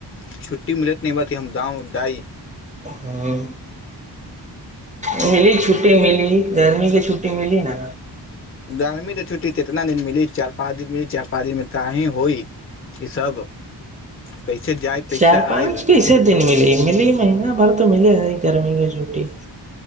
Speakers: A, on the left; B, on the right.
A: छुट्टी मिलत नहि बा त हम जा जाइ
B: ह मिली छुट्टी मिली गर्मी के छुट्टी मिली ने
A: गरमी के छुट्टी केतना दिन मिल चार पाँच दिनिली चार पाँ दमे ताहहिी होइ ई सब पैसे जायब पैसे
B: चारि
A: आयब
B: पाँच कैसे दिन मिल मिली महींना भर तऽ मिले है गर्मी के छुटी